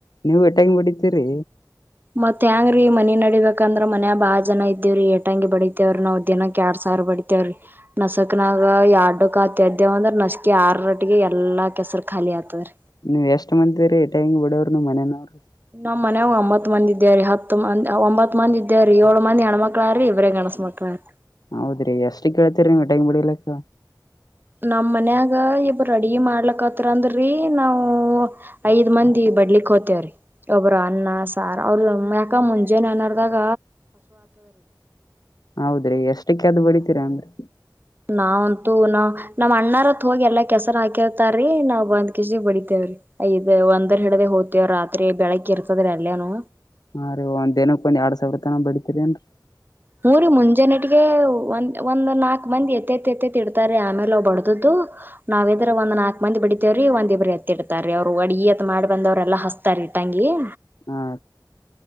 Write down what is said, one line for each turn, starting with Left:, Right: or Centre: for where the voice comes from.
Left: ನೀವು ಈಟಿಂಗ್ ಬಡೀತೀರಿ
Right: ಮತ್ತ ಹೆಂಗ್ರೀ ಮನೆ ನಡಿಬೇಕ ಅಂದ್ರ ಮನ್ಯ ಬಾ ಜನ ಇದ್ದವ್ರೀ ಏಟಂಗಿ ಬಡಿತೇವ್ರ ನಾವು ದಿನಕ್ ಎರಡು ಸಾವಿರ ಬಡಿತೇವ್ರೀ <unintelligible> ನಸಕ್ನಾಗ ಆ ಎರ್ಡ್ಡಕ್ತ್ದೇವ ಅಂದ್ರ ನಸಕಿ ಆರ ಗಂಟ್ಟಿಗೆ ಎಲ್ಲಾ ಕೆಸರ ಖಾಲಿ ಆತವರು
Left: ನೀವ್ ಎಷ್ಟ್ ಮಂದತ್ವರಿೀ ಟೈಂಗ್ ಬಿಡೋವ್ ನೀ್ ಮನೇನವ್ರರು
Right: ನಮ್ಮ್ ಮನವಾಗ ಅಂಬತ್ ಮಂದಿ ಇದ್ಯ ಹತ್ ಹ ಮಂದ ಒಂಬತ್ ಮಂದಿ ಇದ್ದವ್ರೀ ಏಳು ಮಂದಿ ಹೆಣ್ಮಕ್ಳಾರ್ರಿ ಇವರೇ ಗಣಸ ಮಕ್ಳ್ರಿ
Left: ಹೌದ್ರಿ ಎಷ್ಟು ಕೇಳ್ತೀರಿ ನೀ ಒಟಂಗ್ ಬಿಡಿಲಿಕ್ಕ
Right: ನಮ್ ಮನ್ಯಾಗ ಇಬ್ ರೆಡಿ ಮಾಡ್ಲಕ್ತ್ರ ಅಂದ್ರಿ ನಾವ ಐದ್ ಮಂದಿ ಬಡ್ಲಿಕ್ ಹೋಗತೇವ್ರಿ ಒಬ್ಬ್ರ ಅನ್ನ ಸಾರ್ ಅವರು ಯಕ ಮುಂದೆ ಜಜನ ಅನರ್ದಾಗ
Left: ಹೌದ್ರಿ ಎಷ್ಟಕ್ಕೆ ಅದು ಬಡಿತೀರಾ ಅಂದ್ರೆ
Right: ನಾವಂತೂ ನ ನಮ್ಮ್ ಅಣ್ಣಾರತ್ ಹೋಗಿ ಎಲ್ಲಾ ಕೆಸರ ಹಾಕಿರ್ತಾರೀ ನಾವವು ಒಂದ್ ಕೆಜಿ ಬಡಿತೇವ್ರೀ ಇದ್ ಒಂದರ ಹಡದ ಹೋದ ವ್ ರಾತ್ರಿ ಬೆಳಗ್ಿ ಇರ್ತದ್ರ ಅಲ್ಲಿಯನು
Left: ಹಾಂ ರೀ ಒಂದ್ ದಿನಕ್ಕೆ ಒಂದ ಎರಡ್ ಸಾವಿರ ತನ ಬಡಿತೀರಿೇನ್ರಿ
Right: ಹಊರಿ ಮುಂಜಾನೆಟಿಗೆ ಒಂದ್ ಒಂದ ನಾಕ ಮಂದಿ ಎತೆ ಇಡ್ತಾರೆ ಆಮೇಲೆ ಅವ್ ಬಡದ್ದು ನಾವಿದ್ರೆಂದ್ ನಾಕು ಒಂದ್ ಬಿಡಿತೇವ್ರೀ ಒಂದಿಬ್ಬರು ಎತ್ತಿಡ್ತಾರೆ ಅವ್ರು ಅಡಿತ್ತ ಮಾಡಿ ಬಂದವ್ರ ಎಲ್ಲ ಹಸ್ತಾರೆ ತಂಗಿ ಹ
Left: ಹಾ